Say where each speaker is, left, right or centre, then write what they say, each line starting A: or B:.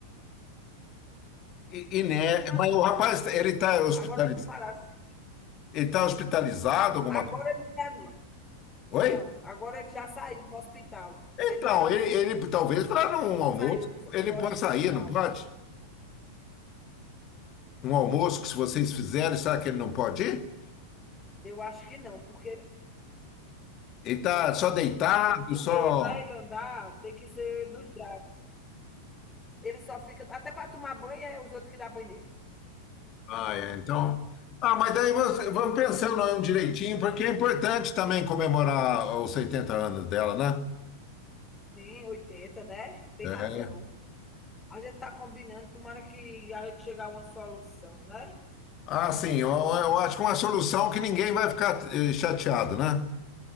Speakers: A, on the left; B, on the left.
A: E, e né,
B: Tem razão,
A: mas o rapaz,
B: Vinícius.
A: ele tá hospitalizado,
B: Agora tu falasse.
A: ele tá hospitalizado, alguma
B: Agora
A: coisa?
B: ele não tá, não.
A: Oi?
B: Não, agora ele já saiu do hospital.
A: Então,
B: Ele já
A: ele, ele talvez para um almoço,
B: Saiu do
A: ele
B: do hospital.
A: pode sair, não pode? Um almoço que se vocês fizerem, sabe que ele não pode ir?
B: Eu acho que não, porque eles
A: Ele tá só deitado,
B: não, porque
A: só.
B: para ele andar tem que ser dos braços. Ele só fica até para tomar banho é os outros que dá banho nele.
A: Ah, é. Então. Ah, mas daí você- vamos pensando aí um direitinho, porque é importante também comemorar os 70 anos dela, né?
B: Sim, 80 né, tem
A: É.
B: razão. A gente tá combinando, tomara que a gente chegar a uma solução, né.
A: Ah, sim, eu, eu acho que é uma solução que ninguém vai ficar eh, chateado, né?